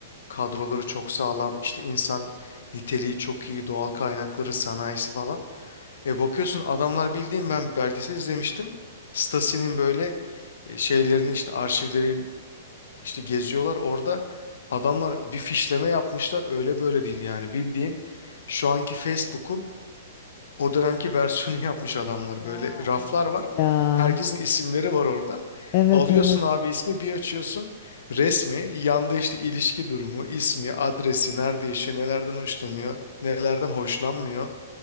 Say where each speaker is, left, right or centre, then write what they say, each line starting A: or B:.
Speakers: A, on the left (about 60°); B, on the left (about 40°).
A: kadroları çok sağlam. İşte insan niteliği çok iyi. Doğal kaynakları, sanayisi falan. E bakıyorsun adamlar bildiğim ben belgesel izlemiştim. Stasi'nin böyle e, şeylerini işte arşivleri işte geziyorlar. Orada adamlar bir fişleme yapmışlar. Öyle böyle değil yani. Bildiğin şu anki Facebook'un o dönemki versiyonu yapmış adamlar
B: Ya
A: böyle raflar
B: evet
A: var.
B: ya.
A: Herkesin isimleri var orada.
B: Evet
A: Alıyorsun
B: evet.
A: abi ismi bir açıyorsun resmi yanda işte ilişki durumu, ismi, adresi, nerede yaşıyor, nelerden hoşlanıyor, nelerden hoşlanmıyor.